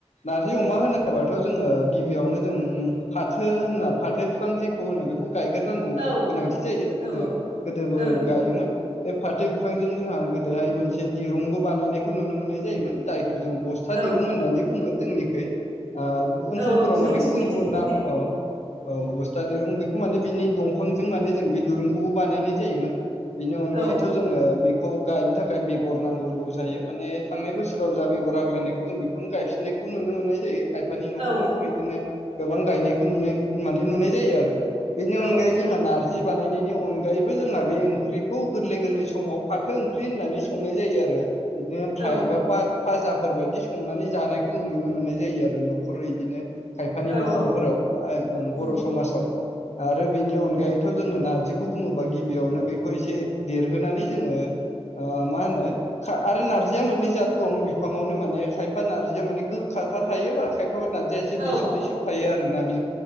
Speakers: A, on the left; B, on the right.
A: नारजि अमा होनोबाथ' जोङो गिबियावनो जों फाथो होनना फाथो बिफां जेखौ होनो बेखौ बेखौ गायग्रोनांगौ
B: औ
A: गोनांथि जायो गोदो
B: औ औ
A: गोदोबो
B: ओं
A: गायोमोन बे फाथो बिफांजों जोंहा गोदोहाय मोनसे दिरुंबो बानायनायखौ नुनो मोननाय जायोमोन जायखौ जों ब स्ता
B: औ
A: दिरुं होननानै बुङो जोंनिखै ओनसोलफोराव
B: औ औ जोंथिंबो
A: माने गुबुन
B: बिदिनो
A: गुबुन
B: बुङो
A: नाम
B: दे
A: औ औ बस्था दिरुं बेखौ माने बिनि दंफांजों माने जों बे दुरुंखौबो बानायनाय जायोमोन। बेनि अनगायैथ'
B: औ
A: जोङो बेखौ गायनो थाखाय बेगर नांगोरगौ जायो माने थांनाय बोसोराव जा बेगर आग्लायनायखौ जों बे खौनो गायफिननायखौ नुनो मोननाय जायो। खायफानि न'खर-न'खर
B: औ
A: बिदिनो गोबां गायनायखौ नुनाय मे नुनाय जायो आरो। बेनि अनगायै
B: औ
A: जोंहा नारजि बानायनायनि अनगायैबो जोंहा बे ओंख्रिखौ गोरलै-गोरलै समाव फाथो ओंख्रि होननानै संनाय जायो आरो। बिदिनो फ्राय
B: औ
A: बा फा-फाजाफोर बायदि संनानै जानायखौ जों नुनो मोननाय जायो आरो न'खराव बिदिनो खायफानि
B: औ
A: न'खरफोराव
B: औ
A: ओ बर'
B: उम
A: समाजाव आरो बेनि अनगायैथ' जोङो नारजिखौ बुङोबा गिबियावनो बेखौ एसे देरहोनानै जोङो ओ मा होनो खा आरो नारजिया मोननै जात दं बिफाङावनो माने खायफा नारजिया माने गोखाथार थायोबा खायफाफोर नारजिया एसे
B: औ
A: दैसोब-दैसोब थायो आरो ना बि